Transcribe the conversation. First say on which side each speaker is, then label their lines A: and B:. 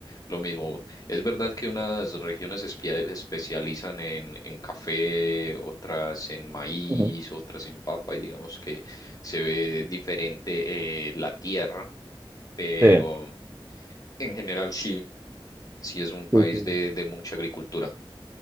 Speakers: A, on the left; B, on the right.
A: lo mismo. Es verdad que unas regiones espia- especializan en, en café, otras en maíz,
B: ujú,
A: otras en papa, y digamos que se ve diferente eh, la tierra, pero
B: sí,
A: en general sí, sí es un país
B: sí, sí.
A: de de mucha agricultura.